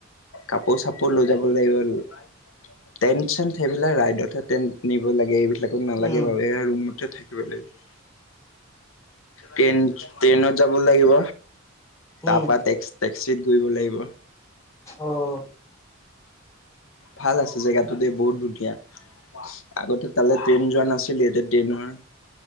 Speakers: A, on the left; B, on the left.
A: কাপোৰ, চাপোৰ লৈ যাব লাগিব। টেণ্ট, চেণ্ট সেইবিলাক ৰাইডতহে টেন্ট নিব লাগে, এইবিলাকত নালাগে
B: উম
A: বাৰু, এয়া ৰুমতে থাকিব লাগিব। ট্ৰেইন, ট্ৰেইনত যাব লাগিব।
B: উম
A: তাপা টেক্স টেক্সিত ঘূৰিব লাগিব।
B: অ'।
A: ভাল আছে জেগাটো দেই, বহুত ধুনীয়া। আগতে তালে ট্ৰেন যোৱা নাছিলে, এতিয়া ট্ৰেনৰ